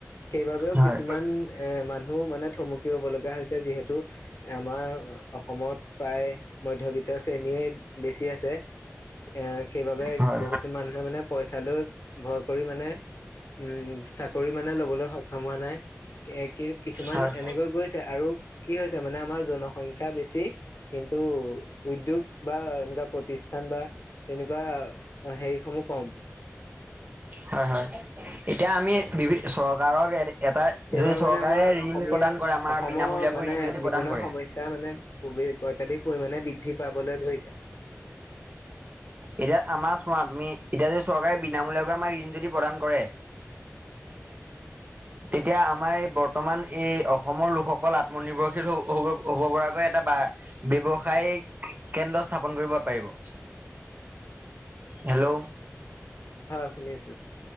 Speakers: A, on the left; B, on the right.
A: সেইবাবেও
B: হয়
A: কিছুমান এ মানুহ মানে থমকি ৰব লগা হৈছে যিহেতু আমাৰ অসমত প্ৰায় মধ্যবিত্ত শ্ৰেণীয়ে বেছি আছে এ সেইবাবে
B: হয়।
A: বহুত মানুহে মানে পইচা লৈ ভয় কৰি মানে উম চাকৰি মানে লবলৈ সক্ষম হোৱা নাই। এ কি কিছুমান
B: হয়,
A: এনেকৈ গৈছে আৰু কি হৈছে মানে আমাৰ জনসংখ্যা বেছি কিন্তু উদ্যোগ বা এনেকুৱা প্ৰতিষ্ঠান বা তেনেকুৱা হেৰিসমূহ কম
B: হয়, হয়। এতিয়া আমি বিভি চৰকাৰক <unintelligible>
A: সেইবাৰ
B: যদি চৰকাৰে
A: মানে আমাৰ অসমীয়া
B: ঋণ প্ৰদান কৰে আমাৰ
A: অসমৰ
B: বিনামূলীয়াকৈ
A: মানে
B: ঋণ যদি
A: নিবনুৱা
B: প্ৰদান কৰে
A: সমস্যা মানে <unintelligible> অত্যাধিক পৰিমাণে বৃদ্ধি পাবলৈ ধৰিছে।
B: এতিয়া আমাৰ চোৱা তুমি এতিয়া যদি চৰকাৰে বিনামূলীয়া আমাৰ ঋণ যদি প্ৰদান কৰে। তেতিয়া আমাৰ বৰ্তমান এই অসমৰ লোকসকল আত্মনিৰ্ভৰশীল হ হব হব পৰাকৈ এটা বা ব্যৱসায়িক কেন্দ্ৰ স্থাপন কৰিব পাৰিব। হেল্ল
A: হয় শুনিছো।